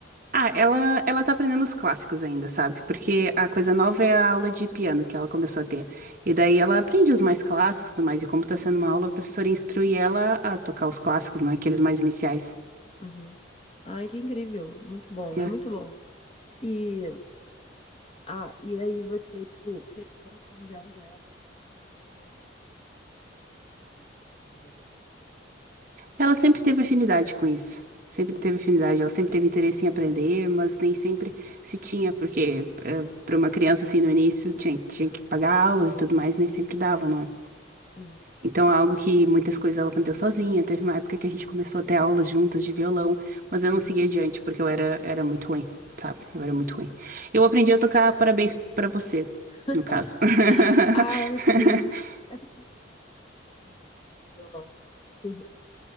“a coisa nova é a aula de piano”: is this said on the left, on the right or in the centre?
Right